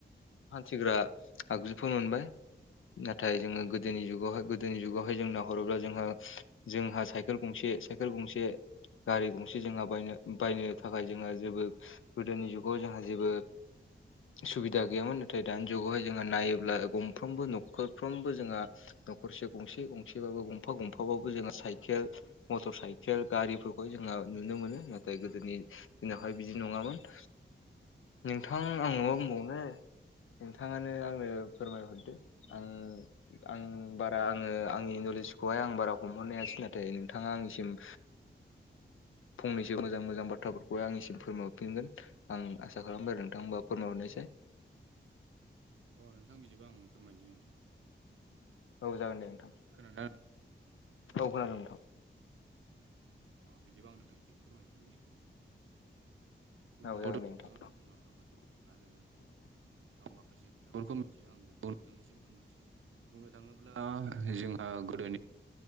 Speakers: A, on the left; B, on the right.
A: हान्थिग्रा आगजुफोर मोनबाय नाथाय जोङो गोदोनि जुगावाय गोदोनि जुगावहाय जों नायहरोब्ला जोंहा जोंहा साइकेल गंसे साइकेल गंसे गारि गंसे जोंहा बायनो बायनो थाखाय जोंहा जेबो गोदोनि जुगाव जोंहा जेबो सुबिदा गैयामोन नाथाय दानि जुगावहाय जोंहा नायोब्ला गंफ्रोमबो न'खरफ्रोमबो जोंहा न'खरसे गंसे गंसेबाबो गंफा गंफाबाबो जोङो साइकेल मटर सा इकेल गारिफोरखौ जोंङहा नुनो मोनो नाथाय गोदोनि दिनावहाय बिदि नङामोन नोंथां आंनो माबा बुंबावनो नोंथाङानो आंनो फोरमायहरदो आं आं बारा आङो आंनि नलेजखौहाय आं बारा हमहरनाय हासै नाथाय नोंथाङा आंनिसिम फंनैसो मोजां मोजां बाथ्रा फोर फोरमायफिनगोन आं आसा खालामबाय आरो नोंथांबा फोरमाय हरनायसै
B: अ नोंथां बिदिबा आं फोरमायदि नोंथां
A: औ जागोन दे नोंथां
B: खोनादों आरो ना?
A: औ खोनादों नोंथां
B: अ बिदिबा आं नोंथांनिसिम फोरमायदिनि बुंनो
A: औ
B: थावदों
A: जागोन दे
B: नोंथाङानो
A: नोंथां
B: बुंलांखाबाय आरो आं माखासे खोथाफोरखौ मिथियो आं बेखौ नोंथांनिसिम फोरमायनो बुंनो थाङोब्ला जोंहा गोदोनि